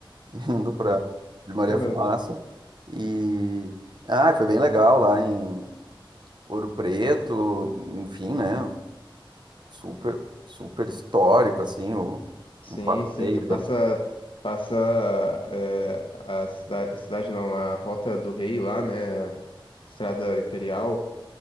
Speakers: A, on the right (about 55°); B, on the left (about 75°).
A: <laughs> indo para de Maria
B: não.
A: Fumaça
B: <laughs>
A: e ah, foi bem legal lá em Ouro Preto, enfim, né? Super, super histórico assim, o,
B: Sim,
A: um passeio,
B: sim, tu
A: digamos.
B: passa passa eh, a cidade, a cidade não, a Rota do Rei lá, né? a Estrada Imperial,